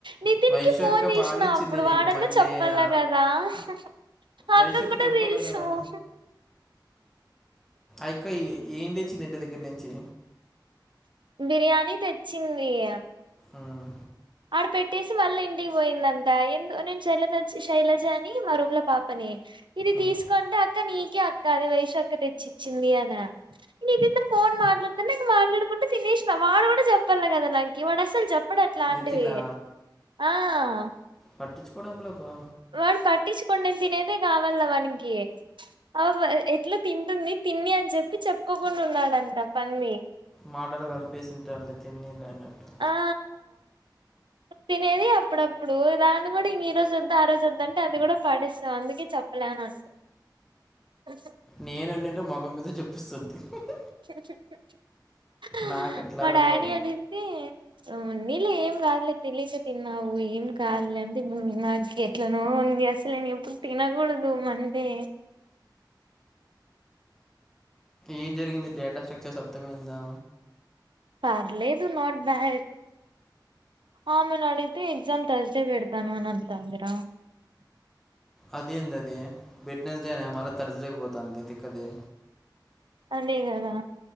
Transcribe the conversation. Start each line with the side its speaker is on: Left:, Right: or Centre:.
Right: నితిన్
Centre: వైశ్య
Right: కి ఫోన్
Centre: అక్క
Right: జేష్
Centre: బాగా
Right: నా
Centre: ఇచ్చింది
Right: అప్పుడు
Centre: నీకు
Right: వాడన్నా
Centre: మండేనా
Right: చెప్పలా గదా హ్ హ్ మక్కకు
Centre: వైశ్య అక్క
Right: గుడా
Centre: చెప్పలే
Right: తెల్సు
Centre: కదా
Right: హ్
Centre: ఐకోయి ఏం దేచ్చింది ఇంటి దేగ్గర నుంచి
Right: బిర్యానీ తెచ్చింది హియా
Centre: ఉమ్,
Right: ఆడ పెట్టేసి మళ్ళ ఇంటిక్ పోయిందంట ఎందు నేన్ చెల్లనోచ్చి శైలజ అని మా రూమ్ లో పాపని హే ఇది
Centre: ఉమ్.
Right: తీస్ కొండా అక్క నీకే అక్క అది వైషు అక్క తెచ్చిచ్చింది అన మీగ్ తా ఫోన్ మాట్లాడుతునింగ్ మాట్లాడుకుంట తినేష్ నా వాడు గూడా సేప్పాన్నగదా నాంకి వాడస్సల్ చెప్పడట్లా
Centre: నితినా
Right: ఇవి ఆ ఆ
Centre: పట్టింకోడెమ్ లే బా
Right: వాడ్ పట్టించుకోండ్ నేన్ తినేదే గావాల్న వానిగి ఔవ్య ఎట్లుబ్ తింటుంది తిన్ని అన్ జేప్పి చెప్ కోకుండ్ ఉన్నాడంట పంది
Centre: మాటల్ కల్ పేసింత్ తల్లే తిన్నిలే అన్నట్టు
Right: ఆ తినేది అప్పుడప్పుడు దాన్ని కూడా ఈ రోజోద్దా ఆ రోజోద్దు అంటే అది గూడా పడేస్స అందుకే చెప్పలే ఆనండు ఉహ్
Centre: నేనుండుంటే మొకం మీద జేప్పేస్తుంటి ఉహ్
Right: ఉహు్హ్ హ
Centre: నాకు అట్లా
Right: మా డాడీ
Centre: ఉండవు
Right: అడిగితే ఉమ్ ఉండిలే ఏం కాద్ లే తెలిక తిన్నావు ఏం కాదులే అంటే ఉమ్ నాకేట్లనొవుంద్ నేన్ అస్సలేన్ ఎప్పుడు తినకూడదు మండే
Centre: ఏం జరిగింది డేటా సేక్చర్స్ అర్థమైందా
Right: పర్లేదు నాట్ బ్యాడ్ ఆమెనడిగితే ఎగ్ జామ్ తర్స్ డే పెడతాను అనంటందిరా
Centre: అదేందీ అది వేడ్ నడ్స్ డే అనే మళ్ళ తర్స్ డే పోతంది తిక్కది
Right: అదే కదా